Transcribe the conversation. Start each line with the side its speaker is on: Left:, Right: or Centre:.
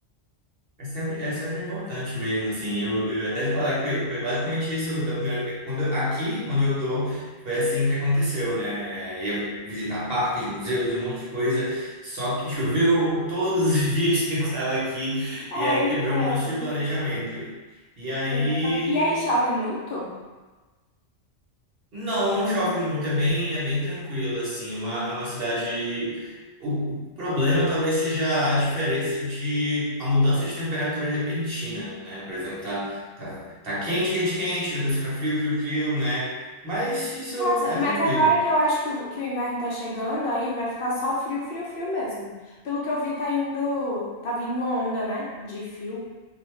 Right: É sempre, é sempre importante mesmo, assim, eu, eu ia até te falar que foi, foi basicamente isso da primeira vez, quando eu- aqui onde eu tô, foi assim que aconteceu, né, ia visitar parques, museus, um monte de coisa, só que choveu todos os <laughs> dias que eu estava aqui, e
Left: É,
Right: aí
Left: então.
Right: quebrou um monte de planejamento, e aí
Left: Exatamente. E aí chove muito?
Right: não, não chove muito, é bem, é bem tranquilo, assim, é uma, é uma cidade... O, o problema talvez seja a diferença de... a mudança de temperatura repentina, né? Por exemplo, tá, tá, tá quente, quente, quente, depois fica frio, frio, frio, né? Mas isso
Left: Nossa,
Right: é
Left: mas
Right: tranquilo,
Left: agora que eu acho que o, que o inverno tá chegando, aí vai ficar só frio, frio, frio mesmo. Pelo que eu vi, tá indo, tá vindo uma onda, né, de frio